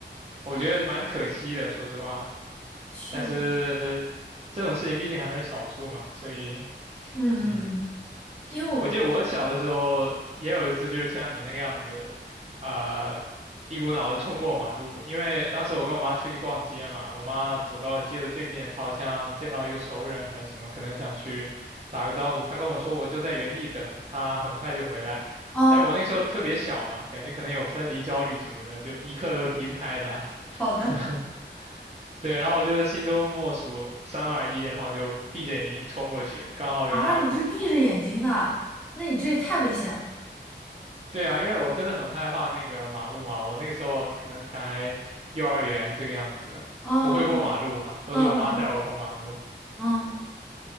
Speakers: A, on the right; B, in the centre.
A: 我觉得蛮可惜的，
B: 我
A: 说实话，
B: 去，
A: 但是这种事情毕竟还是少数嘛，
B: 嗯
A: 所以
B: 嗯嗯，
A: 嗯。
B: 因为我
A: 我记得我小的时候也有一次，就是像你那个样子，啊、一股脑的冲过马路。因为当时我跟我妈出去逛街嘛，我妈走到了街的对面，她好像见到一个熟人还是什么，可能想去打个招呼。她跟我说，我就在原地等，她很快就回来。
B: 啊
A: 但是我那时候特别小嘛，感觉可能有分离焦虑什么的，就一刻都离不开她。
B: 好的
A: <laughs> 对，然后我就是心中默数三二一，然后就闭着眼睛冲过去，刚好有辆
B: 啊，你是闭着眼睛的，那你这也太危险了。
A: 对啊，因为我真的很害怕那个马路嘛，我那个时候可能才幼儿园这个样子，
B: 嗯。
A: 不会过马路嘛，都是我妈带我过马路。
B: 嗯嗯嗯嗯，